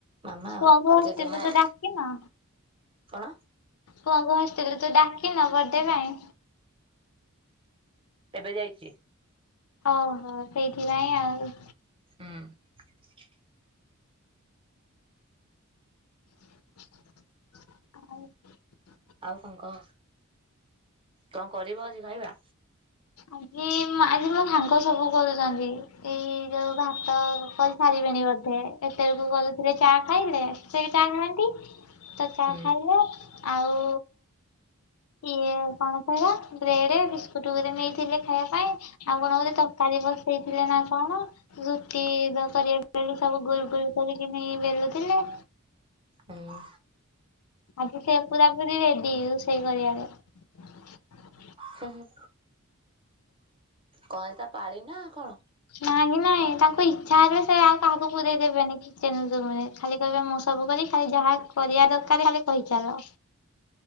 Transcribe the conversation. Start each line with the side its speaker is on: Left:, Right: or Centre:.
Right: ମାମା
Left: ପୁଅଙ୍କୁ
Right: ଆଉ ଆଉ
Left: ହଷ୍ଟେଲରୁ
Right: ଜେଜେମା ଆଉ
Left: ଡାକିନ,
Right: କଣ?
Left: ପୁଅଙ୍କ ହସ୍ <unintelligible> ଡାକିନ ବର୍ଥ ଡେ ପାଇଁ।
Right: ଏବେ ଯାଇଚି।
Left: ଓ ହୋ ସେଇଥିପାଇଁ ଆଉ।
Right: ହୁଁ।
Left: <unintelligible>
Right: ଆଉ କଣ କହ? କଣ କରିବ ଆଜି ଖାଇବା?
Left: ଆଜି ଆଜି ମୋ ସାଙ୍ଗ ସବୁ କରୁଛନ୍ତି, ଏଇ ଯୋଉ ଭାତ କରି ସାରିବେଣୀ ବୋଧେ? ଏତେବେଳକୁ କରୁଥିଲେ ଚା ଖାଇଲେ ସେ ଚା ଖାଆନ୍ତି। ତ ଚାହା
Right: ହୁଁ
Left: ଖାଇଲେ। ଆଉ ଇଏ କଣ କହିଲ, ବ୍ରେଡ ବିସ୍କୁଟ ଗୋଟେ ନେଇ ଥିଲେ ଖାଇବା ପାଇଁ ଆଉ କଣ ହଉଛି, ତରକାରୀ ବସେଇଥିଲେ ନା କଣ ରୁଟି କରିବେ ବେଲି ସବୁ ଗୁଲ ଗୁଲ କରିକିନି ବେଲୁଥିଲେ।
Right: ହୁଁ।
Left: ଆଜି ସେ ପୁରା ପୁରି ରେଡି, ରୋଷେଇ କରିବାରେ।
Right: ସେମି କଣ ତା ପାଳି ନା କଣ?
Left: ନାଇଁ ନାଇଁ ତାଙ୍କୁ ଇଛା ହେଲେ ସେ ଆଉ କାହାକୁ ପୁରେଇ ଦେବେନି କେନ୍ଦୁ ମୂଳେ ଖାଲି କହିବେ ମୋ ସବୁ କରି ଖାଲି ଯାହା କରିବା ଦରକାର ଖାଲି କହିଚାଲ।